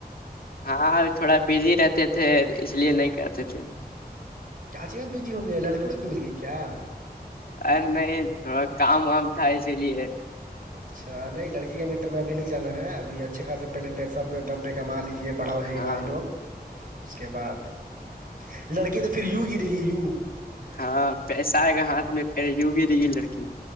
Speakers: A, on the left; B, on the right.
A: ہاں تھوڑا بزی رہتے تھے اس لیے نہیں کرتے تھے
B: چانچی میں بجی ہو گئی لڑکی وڑکی مل گئی کیا
A: ارے نہیں تھوڑا کام وام تھا‌ اسے لیے
B: اچھا نہیں لڑکی کے میٹر میں ابھی نہیں جانا ہے ابھی اچھے خاص پہلے پیسہ اپنے دم پہ کما لجیے بڑا ہو جائے
A: ہاں
B: گے بھائی لوگ اس کے بعد لڑکی تو پھر یو گری گے یو
A: ہاں پیسہ آئے گا ہاتھ میں پھر یوں گری گے لڑکی